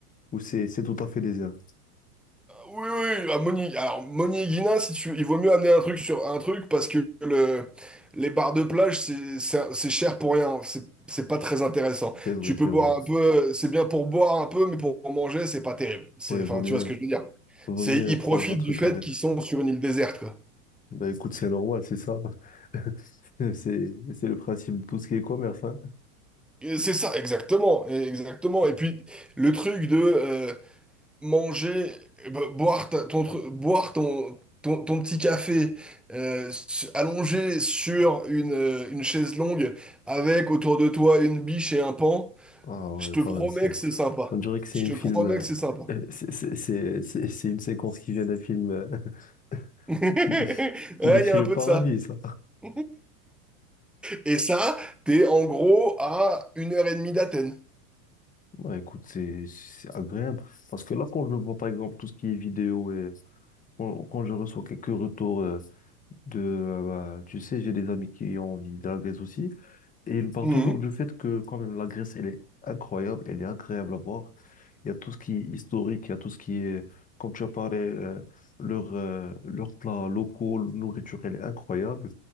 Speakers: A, on the left; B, in the centre.
A: Ou c'est c'est tout à fait désert?
B: Oui oui, oui. ah, Moni. Alors Moni Egina, si tu, il vaut mieux amener un truc sur un truc parce que le, les bars de plage c'est c'est c'est cher pour rien. C'est c'est pas très intéressant.
A: C'est vrai,
B: Tu
A: c'est
B: peux boire
A: vrai.
B: un peu, c'est bien pour boire un peu, mais pour manger c'est pas terrible. C'est
A: Oui, vaut
B: enfin
A: mieux,
B: tu vois ce que je veux dire.
A: vaut
B: C'est
A: mieux
B: ils
A: prendre
B: profitent
A: un truc
B: du fait
A: avec.
B: qu'ils sont sur une île déserte quoi.
A: Bah écoute, c'est normal, c'est ça. <laughs> C'est c'est le principe de tout ce qui est commerce, hein.
B: Et C'est ça, exactement, et- exactement. Et puis le truc de, euh, manger, euh, bo- boire ta- ton, tru- boire ton, ton, ton petit café euh, s- allongé sur une, euh, une chaise longue avec autour de toi une biche et un pan,
A: Ah ouais,
B: je te
A: quand
B: promets
A: même, c'est.
B: que c'est sympa.
A: On dirait que c'est
B: Je
A: une
B: te
A: film.
B: promets
A: euh,
B: que c'est sympa.
A: euh, c'est c'est- c'est- c'est- c'est une séquence qui vient d'un film euh, <laughs>
B: <laughs> Ouais,
A: qui, qui décrit
B: il y a
A: le
B: un peu
A: paradis,
B: de ça.
A: ça.
B: <laughs> Et ça, t'es en gros à une heure et demie d'Athènes.
A: Ouais, écoute, c'est c'est agréable. Parce que là, quand je vois par exemple tout ce qui est vidéo et quand, quand je reçois quelques retours. de, euh, bah, tu sais, j'ai des amis qui ont envie de la Grèce aussi, et ils me parlent
B: Mhm.
A: toujours du fait que quand même la Grèce, elle est incroyable, elle est agréable à voir. Il y a tout ce qui est historique, il y a tout ce qui est, comme tu as parlé, euh, leur, euh, leurs plats locaux, leur nourriture, elle est incroyable.